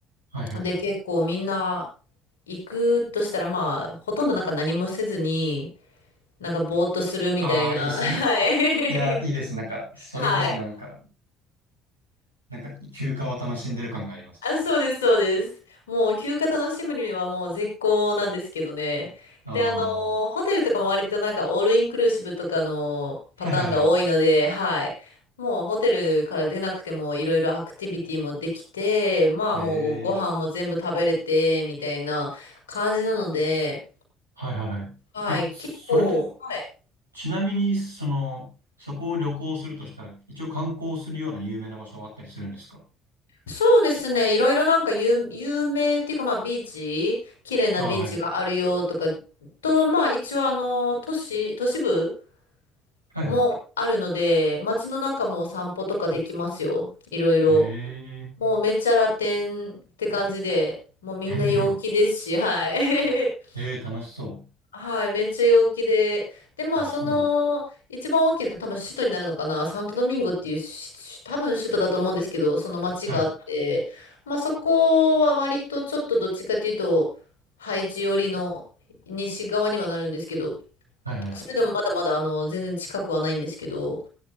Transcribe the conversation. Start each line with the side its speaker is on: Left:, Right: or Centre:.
Right: はい、はい、
Left: で、
Right: はい。
Left: 結構みんな行くとしたら、まあ、ほとんどなんか何もせずに、なんかぼーっとするみたいな、
Right: ああ、いいですね。
Left: <laughs> はい。
Right: いや、いいですね。なんか、
Left: <laughs>
Right: それこそなんか、
Left: はい。
Right: なんか、休暇を楽しんでる感があります。
Left: あ、そうです、そうです。もう休暇楽しむにはもう絶好なんですけどね。
Right: ああ、
Left: で、あのーホテルとかも割となんかオールインクルーシブとかのパターンが多いので、
Right: はい、はい、はい。
Left: はい。もうホテルから出なくてもいろいろアクティビティもできて、まあもうご飯も全部食べれて、
Right: ええ、
Left: みたいな感じなので、
Right: はい、はい、はい。
Left: はい。
Right: え、それで、
Left: 結構、はい。
Right: ちなみに、その、そこを旅行するとしたら、一応観光するような有名な場所はあったりするんですか
Left: そうですね。いろいろなんか有、有名っていうか、まあビーチ、綺麗なビーチがあるよとか、
Right: ああ、はい。
Left: と、まあ一応あの、都市、都市部
Right: はい、
Left: もあるので、
Right: はい。
Left: 街の中も散歩とかできますよ。いろいろ。
Right: ええ、
Left: もうめっちゃラテンって感じで、もうみんな陽気ですし、
Right: <laughs>
Left: はい。<laughs>
Right: ええ、楽しそ
Left: はい、めっちゃ陽気で。で、まあ、
Right: う。あ、
Left: その、
Right: そうなん。
Left: 一番大きな、多分首都になるのかな、サントドミンゴっていうし、し多分首都だと思うんですけど、その町があって、
Right: はい。
Left: まあ、そこは割とちょっとどっちかというと、ハイチ寄りの西側にはなるんですけど、
Right: はい、はい。
Left: それでもまだまだ、あの、全然近くはないんですけど、